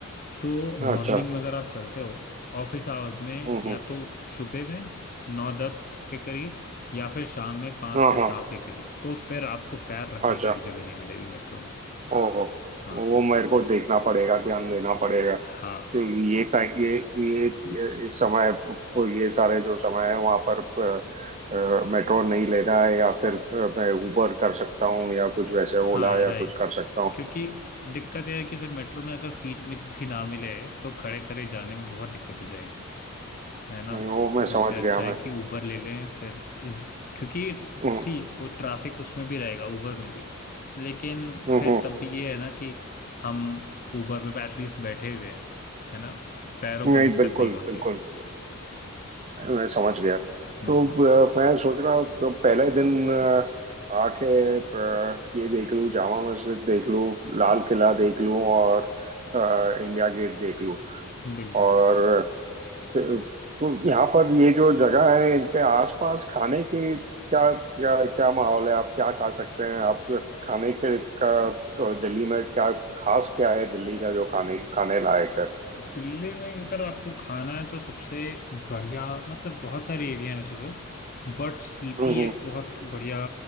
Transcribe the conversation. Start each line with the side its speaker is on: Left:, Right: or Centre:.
Left: तो
Right: हम्म
Left: मॉर्निंग
Right: अच्छा
Left: में अगर आप चलते हो ऑफिस आवर्स में
Right: हम्म
Left: या
Right: हम्म
Left: तो सुबह में नौ दस के करीब या फिर शाम में पाँच
Right: हाँ
Left: से
Right: हाँ
Left: सात के करीब तो फिर आपको पैर रखने
Right: अच्छा
Left: की भी जगह नहीं मिलेगी मेट्रो में
Right: ओहो
Left: हाँ
Right: वो मेरे को देखना पड़ेगा ध्यान देना पड़ेगा
Left: हाँ
Right: तो ये टाइम ये ये ये- इस समय वो ये सारे जो समय है वहाँ पर अ, मेट्रो नहीं लेना है या फिर अ, मैं उबर कर सकता हूँ या कुछ वैसे
Left: हाँ
Right: ओला या
Left: राइट
Right: कुछ कर सकता हूँ
Left: क्योंकि दिक्कत यह है कि फिर मेट्रो में अगर सीट भी भी ना मिले तो खड़े खड़े जाने में बहुत दिक्कत हो जाएगी है ना
Right: नहीं वो मैं
Left: उससे
Right: समझ गया
Left: अच्छा है
Right: मैं
Left: कि उबर ले लें फिर ज- क्योंकि
Right: हम्म
Left: सी वो ट्रैफिक उसमें भी रहेगा उबर में भी लेकिन
Right: हम्म
Left: फिर
Right: हम्म।
Left: तब भी ये है ना कि हम उबर में एटलीस्ट बैठे हुए हैं है ना पैरों
Right: नहीं
Left: को दिक्कत
Right: बिल्कुल
Left: नहीं होती
Right: बिल्कुल
Left: है
Right: मैं समझ गया
Left: हम्म
Right: तो अ, मैं सोच रहा हूँ तो पहले दिन अ, आके अ, ये देख लूँ जामा मस्जिद देख लूँ लाल किला देख लूँ और अ, इंडिया गेट देख लूँ
Left: बिल्कुल
Right: और अ, तो यहाँ पर ये जो जगह है इनके आसपास खाने की क्या क्या क्या माहौल है आप क्या खा सकते हैं आप खाने के का का दिल्ली में क्या खास क्या है दिल्ली का जो खाने खाने लायक है
Left: दिल्ली में अगर आपको खाना है तो सबसे बढ़िया मतलब बहुत सारे एरिया हैं वैसे तो बट सीपी
Right: हम्म हम्म
Left: एक बहुत बढ़िया